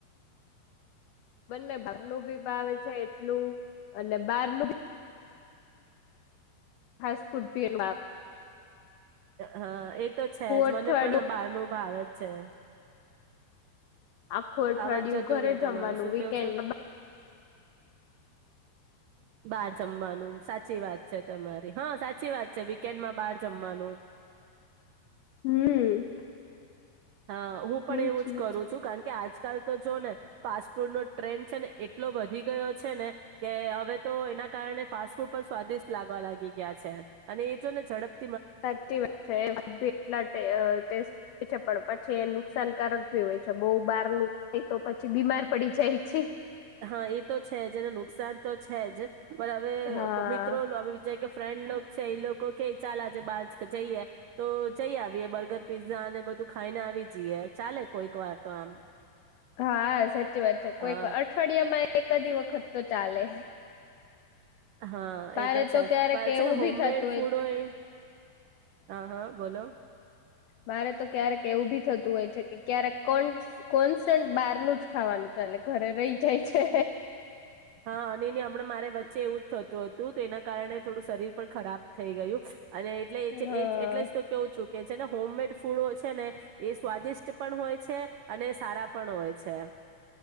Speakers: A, on the left (about 75°); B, on the right (about 85°).
A: બંને બારનું ભી ભાવ છે એટલું અને બારનું ફાસ ફૂડ પી આવે.
B: હા એ તો છે જ
A: અઠવાડિયું
B: મને પણ બહાર ન ભાવે છે.
A: આખું અઠવાડિયું
B: અવાજ જતો
A: ઘરે
B: રહ્યો તમારો
A: જમવાનું
B: શું
A: વીકેન્ડ
B: કેવો છો બાર જમવાનું સાચી વાત છે તમારી હા સાચી વાત છે વીકેન્ડમાં બાર જમવાનું.
A: હમ.
B: હા હું પણ
A: એજ
B: એવું જ
A: ને
B: કરું છું કારણ કે આજ આજકાલ તો જો ને ફાસ્ટ ફૂડ નો ટ્રેન્ડ છે ને એટલો વધી ગયો છે ને કે હવે તો એના કારણે ફાસ્ટ ફૂડ પણ સ્વાદિષ્ટ લાગવા લાગી ગયા છે અને એ જો ને ઝડપ
A: સાચી વાત છે ટલાટે છે પણ પછી નુકસાનકારક હોય છે બહુ બાર નું તો પછી બીમાર પડી જાય છે.
B: હા એ તો છે જ એને નુકસાન તો છે જ. પણ હવે
A: હા.
B: મિત્રો આવી વિચાર ફ્રેન્ડ લો છે એ લોકો કે ચાલ આજે બાર જઈએ તો જઈ આવીએ બર્ગર પીઝા અને બધું ખાઈને આવી જઈએ ચાલે કોઈક વાર તો આમ.
A: હા સચી વાત છે કોઈ
B: અ
A: કોઈ અઠવાડયમાં કદી વખત તો ચાલે.
B: હા
A: મારે
B: એ તો છે
A: ક્યારેક
B: પણ છે
A: એવું
B: ને હોમ
A: ભી થતું
B: મેડ ફૂડ હોય હા હા બોલો.
A: મારે તો ક્યારેક એવું ભી થતું હોય છે કે ક્યારેક કો કોન્સ્ટન્ટ બહારનું જ ખાવાનું ચાલે ઘરે રહી જાય છે.
B: હા અને એને હમણાં મારે વચ્ચે એવું જ થતું હતું તો એના કારણે થોડું શરીર પણ ખરાબ થઈ ગયું. અને એટલે
A: હા
B: એ એટલે તો કેવું છું. કે છે ને હોમમેડ ફૂડો છે ને એ સ્વાદિષ્ટ પણ હોય છે અને સારા પણ હોય છે